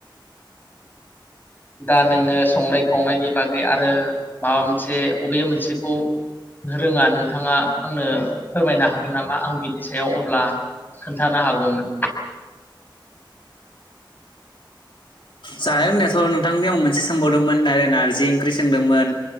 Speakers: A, on the left; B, on the left.
A: दा नोङो संनाय खावनायनि बागै आरो माबा मोनसे अबे मोनसेखौ रोङा नोंथाङा आंनो फोरमायनो हागोन नामा आं बिनि सायाव अब्ला खोन्थानो हागौमोन
B: जानाय लोंनायाथ' नोंथांनिआव आं मोनसे सोंबावदोंमोन नार नारजि ओंख्रि सोंदोंमोन